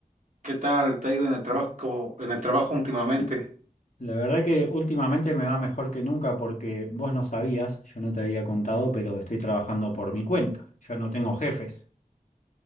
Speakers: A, on the right; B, on the left.
A: ¿qué tal te ha ido en el trabajo, en el trabajo últimamente?
B: La verdad que últimamente me va mejor que nunca porque vos no sabías, yo no te había contado, pero estoy trabajando por mi cuenta, ya no tengo jefes.